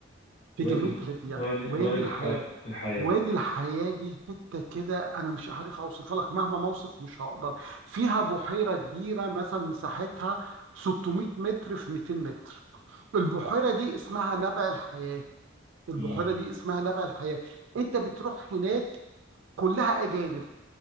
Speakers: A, on the right (about 75°); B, on the left (about 70°).
A: في
B: وادي
A: جنوب
B: ال-
A: ليبيا
B: وادي
A: وادي
B: وادي الح...
A: الحياة
B: الحياة
A: وادي الحياة دي حتة كده أنا مش عارف أوصفها لك مهما ما أوصف مش هقدر فيها بحيرة كبيرة مثلا مساحتها 600 متر في 200 متر البحيرة دي اسمها نبع الحياة البحيرة
B: مم.
A: دي اسمها نبع الحياة أنت بتروح هناك كلها أجانب